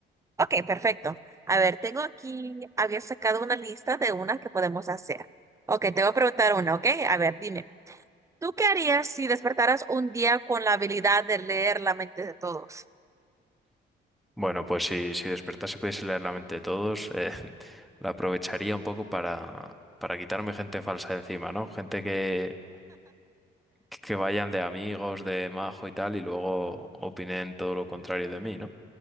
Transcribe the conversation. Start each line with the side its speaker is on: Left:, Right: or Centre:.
Right: Ok, perfecto. A ver, tengo aquí, había sacado una lista de unas que podemos hacer. Ok, te voy a preguntar una, ok. A ver, dime, ¿tú qué harías si despertaras un día con la habilidad de leer la mente de todos?
Centre: Bueno, pues si, si despertase y pudiese leer la mente de todos, eh, <laughs> la aprovecharía un poco para, para quitarme gente falsa de encima, ¿no? Gente que, que vayan de amigos, de majo y tal, y luego opinen todo lo contrario de mí, ¿no?